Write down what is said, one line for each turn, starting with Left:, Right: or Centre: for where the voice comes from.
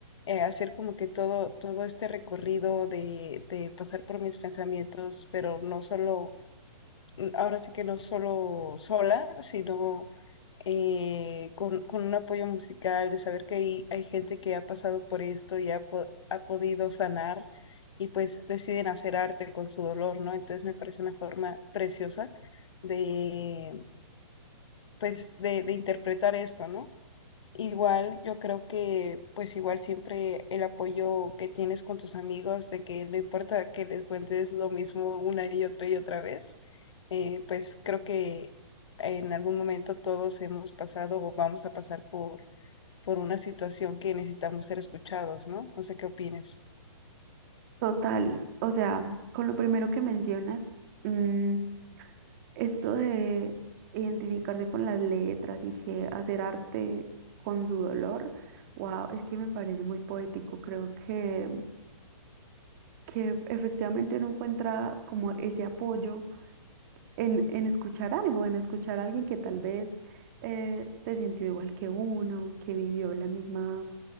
Left: eh, hacer como que todo, todo este recorrido de, de pasar por mis pensamientos, pero no solo, mm, ahora sí que no solo sola, sino eh, con, con un apoyo musical, de saber que hay, hay gente que ha pasado por esto y ha, po- ha podido sanar y pues deciden hacer arte con su dolor, ¿no? Entonces me parece una forma preciosa de, pues, de, de interpretar esto, ¿no? Igual, yo creo que pues igual siempre el apoyo que tienes con tus amigos, de que no importa que les cuentes lo mismo una y otra y otra vez, eh, pues creo que en algún momento todos hemos pasado o vamos a pasar por, por una situación que necesitamos ser escuchados, ¿no? No sé qué opinas.
Right: Total, o sea, con lo primero que mencionas, mm, Esto de identificarse con las letras y que hacer arte con su dolor, wow, es que me parece muy poético. Creo que, que efectivamente uno encuentra como ese apoyo en, en escuchar algo, en escuchar a alguien que tal vez eh, se sintió igual que uno, que vivió la misma